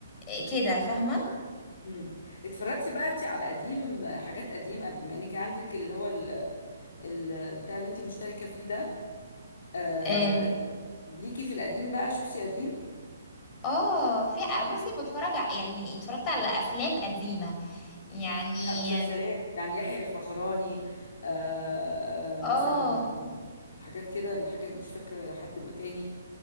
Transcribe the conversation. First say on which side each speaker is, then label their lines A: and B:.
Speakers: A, on the left (about 20°); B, on the left (about 50°).
A: آه، كده فاهمه
B: امم اتفرجتي بقى انت على قديم آه، حاجات قديمه بما انك عندك اللي هو ال... ال... بتاع اللي انت مشتركه فيه ده آه،
A: آه،
B: اتفر- ليكي في القديم بقى شفتي قديم
A: اه في بصي بتفرج ع- يعني اتفرجت على افلام قديمه يعني
B: لا مسلسلات يعني يحيى الفخراني آه، آه،
A: اه
B: مثلا حاجات كده الحاجات مش فاكره حد تاني